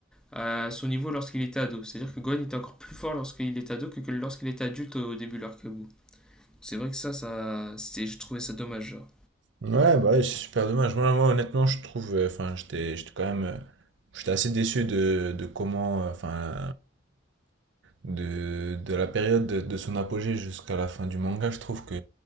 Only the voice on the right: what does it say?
Ouais, bah ouais, c'est super dommage. Moi, moi, honnêtement, je trouve, euh, enfin, j'étais, j'étais quand même, euh, j'étais assez déçu de, de comment, euh, enfin, de, de la période de, de son apogée jusqu'à la fin du manga, je trouve que